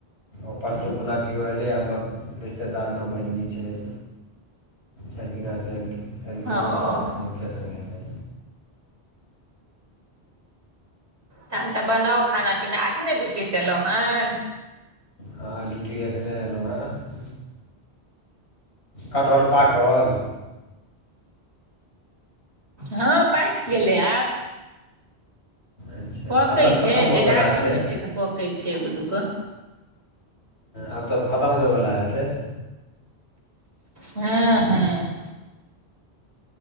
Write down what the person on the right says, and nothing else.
ओ
तखन त बनाउ खाना पीना, एखने डियुटीसँ एलहुँ हेन?
हँ पाकि गेलै आब- -
पकै
छै
जे गाछोमे
छै से पकैत छै एगो दूगो।
हँ
हँ --